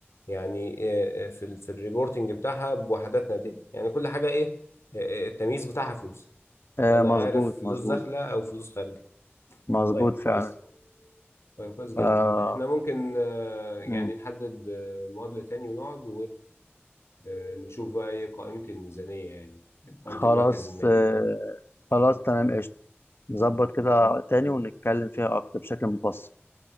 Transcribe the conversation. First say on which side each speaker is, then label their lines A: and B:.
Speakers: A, on the left; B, on the left.
A: يعني آه، آه، في ال- في الريبورتنج بتاعها بوحدات نقديه يعني كل حاجه ايه آه، آه، التمييز بتاعها فلوس
B: آه
A: انا
B: مظبوط
A: عارف فلوس
B: مظبوط
A: داخله او فلوس خارجه
B: مظبوط
A: طيب
B: فعلا
A: كويس طيب كويس جدا
B: آه
A: احنا ممكن آه، يعني
B: مم.
A: نحدد آه، مقابله تاني ونقعد ونشوف بقى ايه قائمه الميزانيه يعني قائمه
B: خلاص
A: المركز المالي
B: آه خلاص تمام قشطة نظبط كده تاني ونتكلم فيها أكتر بشكل مبسط